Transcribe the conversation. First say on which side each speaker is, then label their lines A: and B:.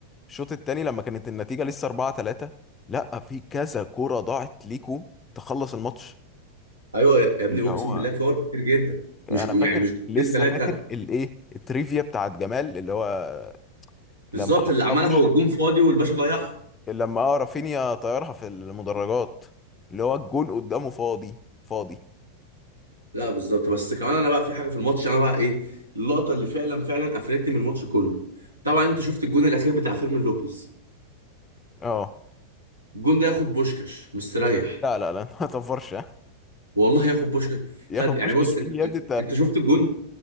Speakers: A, on the left (about 20°); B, on the right (about 80°).
A: الشوط التاني لما كانت النتيجة لسه 4 3 لا في كذا كورة ضاعت ليكو تخلص الماتش
B: ايوه يا يا ابني
A: اللي
B: اقسم
A: هو
B: بالله كور كتير جدا
A: انا
B: مش كو-
A: فاكر
B: يعني مش كورتين
A: لسه
B: ثلاثه
A: فاكر الايه التريفيا بتاعت جمال اللي هو
B: بالظبط
A: لما حطها
B: اللي عملها
A: بوش
B: والجون فاضي والباشا ضيعها
A: لما اه رافينيا طيرها في المدرجات اللي هو الجون قدامه فاضي فاضي
B: لا بالظبط بس كمان انا بقى في حاجه في الماتش انا بقى ايه اللقطه اللي فعلا فعلا قفلتني من الماتش كله طبعا انت شفت الجون الاخير بتاع فيرمين لوبيز
A: اه
B: الجون ده ياخد بوشكاش مستريح
A: لا لا لا <laughs> ما تفرش ها.
B: والله ياخد بوشكاش
A: ياخد
B: خد
A: بوشكاش
B: يعني بص انت
A: مين يا ابني
B: انت شفت الجون